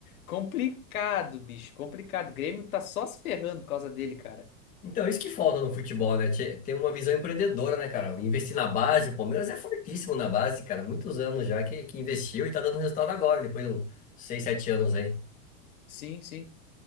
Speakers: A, on the left; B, on the left.
A: complicado, bicho, complicado. O Grêmio tá só se ferrando por causa dele, cara.
B: Então, isso que falta no futebol, né? Te- Ter uma visão empreendedora, né, cara? Investir na base, o Palmeiras é fortíssimo na base, cara. Muitos anos já que, que investiu e tá dando resultado agora, depois de uns 6, 7 anos aí.
A: Sim, sim.